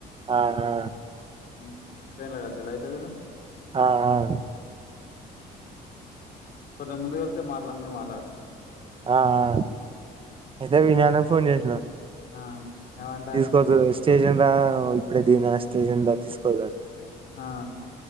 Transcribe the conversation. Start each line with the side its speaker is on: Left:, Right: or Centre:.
Right: ఆ ఆ
Left: హ్మ్ ట్రైన్ ల కల్చిన్ల అయితే వీళ్ళు
Right: ఆ అవును
Left: కొంచెం ముందు వెళ్తే మాట్లాడ్నూ <unintelligible>
Right: ఆ ఆ అయితే వినయ్ అన్న కి ఫోన్ చేసిన
Left: ఆ ఏమంటాండు
Right: తీసుకోదు స్టేషన్ రా ఇప్పుడే దిన స్టేషన్ ద తీసుకోదండి
Left: ఆ